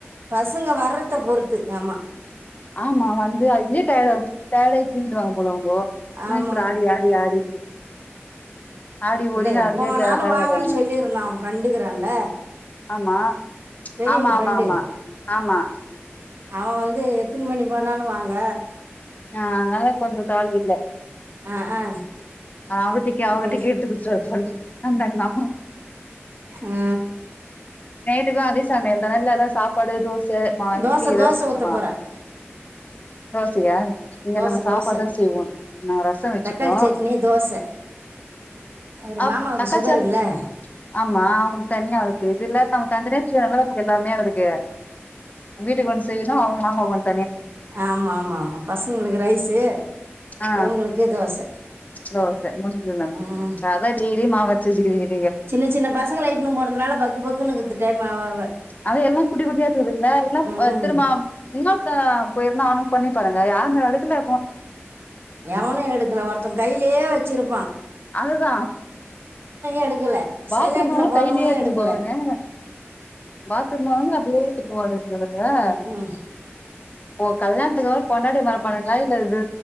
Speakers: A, on the right (about 55°); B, on the left (about 35°).
A: பசங்க வர்றத பொறுத்து ஆமா
B: ஆமா வந்து அதுலயே டையேடா டையேடாயி தூங்கிடுவாங்க போல அவுங்கோ <unintelligible>
A: ஆமா ஆமா
B: ஆடி ஆடி ஆடி ஆடி
A: இல்ல
B: ஓடி
A: எப்ப
B: அதுலயே
A: வேண்ணாலு
B: டய டயர்ட்
A: வாங்கன்னு
B: ஆயிடுவாங்க
A: சொல்லிருந்தா அவ ஃப்ரெண்டு இருக்குறான்ல
B: ஆமா
A: பெரியவ
B: ஆமா
A: ஃரெண்டு
B: ஆமா ஆமா ஆமா
A: அவ வந்து எத்தினி மணி போனா சொல்லுவாங்க
B: நா அதனால கொஞ்ச கவலையில்ல
A: ஆ ஆ
B: அவதிக்கே
A: இப்போ
B: அவதிக்கே <unintelligible> வந்தான்னா
A: ஆ
B: நைட்டுக்கு அதே சமையல்தானா இல்ல எதாவது சாப்பாடு தோ ச நா இட்லி
A: தோசை
B: ஏதாசு
A: தோசை
B: சுடுனுமா
A: ஊற்ற போகிறேன்
B: தோசயா இங்க
A: தோசை
B: நா சாப்பாடுதா
A: தோசை
B: செய்வோ நா ரச வச்சுட்டோ
A: தக்காளி சட்னி தோசை அவர்
B: அ
A: மாமாவுக்கு
B: தக்காளி
A: சுகர்
B: சாப்
A: இல்லை
B: ஆமா அவுங்களுக்கு தனியா இருக்கு இது இல்லாட்டா கொஞ்ச நேரத்துல நல்லாருக்கு எல்லா மேடத்துக்கு அ வீட்டுக்கு வந்து செய்யனு அவுங் மாமா வந்
A: ஆமா ஆமாமா பசங்களுக்கு ரைஸு
B: ஆ
A: இவங்களுக்கு தோச
B: தோச முடிஞ்சுது நம்மளுக்கு
A: உம்
B: அதா டெய்லி மாவரச்சு வச்சுகிரிங்க
A: சின்ன சின்ன பசங்கலட்டுன்னு போனதுனால பக்கு பக்குனுக்கு டைம் ஆவாவ
B: அத எல்லா குட்டி குட்டியா இருக்குதுங்கள எல்லா
A: ம்
B: அ
A: ம்
B: திரும்மா இன்னோர்த போய்ருந்தா அனுக் தொண்ணி தொரங்க யானு எடத்துல
A: எவனு எடுக்கல ஒருத்த கைலே வச்சிருப்பா
B: அதுதா
A: எடுக்கல
B: பாத்ரூமு
A: சைலண்ட்ல போடுறவனும்
B: கைலே ஏத்துனு
A: எடுக்கல
B: போவானே பாத்ரூம் அப்டியே <unintelligible> <unintelligible>
A: ம், ம்.
B: ஓ கல்யாணத்துக்கு அப்றம் பொண்டாடி மரப்பாணுங்ளா இல்ல இது